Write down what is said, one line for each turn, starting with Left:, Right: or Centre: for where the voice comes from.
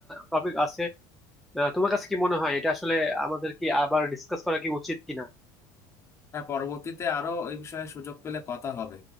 Centre: টপিক আছে আহ, তোমার কাছে কি মনে হয় এটা আসলে আমাদের কি আবার ডিসকাস করা কি উচিত কিনা
Left: হ্যাঁ পরবর্তীতে আরো এই বিষয়ে সুযোগ পেলে কথা হবে